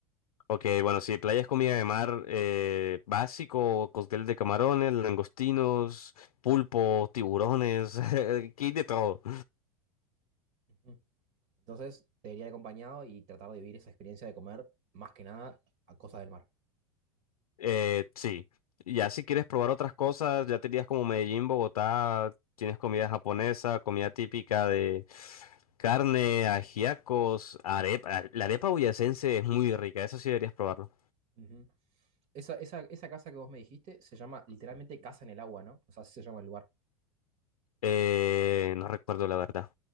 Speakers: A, on the left; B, on the right.
A: Ok, bueno, sí, playa es comida de mar eh, básico, cóctel de camarones, langostinos, pulpo, tiburones, <laughs> aquí hay de todo.
B: Ujú. Entonces, te iría acompañado y tratar de vivir esa experiencia de comer, más que nada, a cosas del mar.
A: Eh, sí, ya si quieres probar otras cosas, ya tenías como Medellín, Bogotá, tienes comida japonesa, comida típica de carne, ajiacos, arepa. La arepa boyacense es muy rica, eso sí deberías probarlo.
B: Ujú. Esa, esa, esa casa que vos me dijiste se llama literalmente Casa en el Agua, ¿no? O sea, así se llama el lugar.
A: Eh, no recuerdo la verdad,